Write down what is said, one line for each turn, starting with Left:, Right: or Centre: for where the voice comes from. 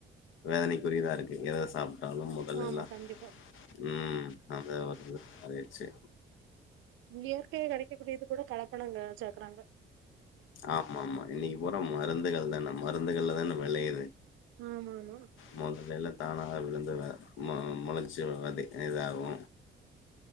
Left: வேதனைக்குரியத இருக்கு எதெத சாப் ட்டாலு மொதலெல்ல
Right: ஆமா கண்டிப்பா
Left: ம் அந்த <unintelligible> அது சே
Right: இயற்கியா கெடைக்க கூடியது கூட கலப்படங்க சேக்குறாங்க
Left: ஆமா ஆமா இன்னிக்கு பூறா மருந்துகள் தான மருந்துகள்லதான வெளயிது
Right: ஆமா ஆமா
Left: மொதலயெல்லா தானா விழுந்து அத ம மொளச்சு வந்து இதாகு